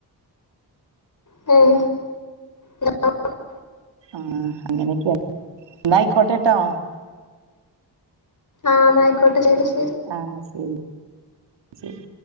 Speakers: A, on the left (about 45°); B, on the right (about 85°).
A: ഉം <unintelligible>
B: ആ അങ്ങനെയക്കെയ എന്നായിക്കോട്ടേട്ടോ
A: ആഹ് ന്ന ആയിക്കോട്ടെ ശരി
B: ആഹ് ശരി ശരി